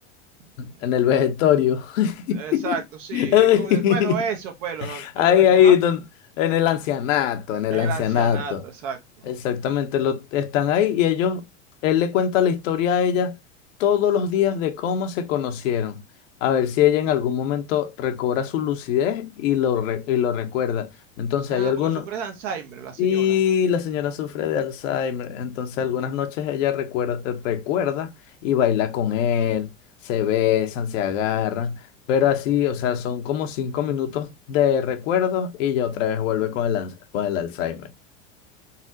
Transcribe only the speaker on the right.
mm,
Exacto, sí.
es como de- Bueno, eso, pues, lo-
donde,
ajá.
En
el ancianato, exacto.
Ah,
porque sufre de Alzheimer la señora.
Uf.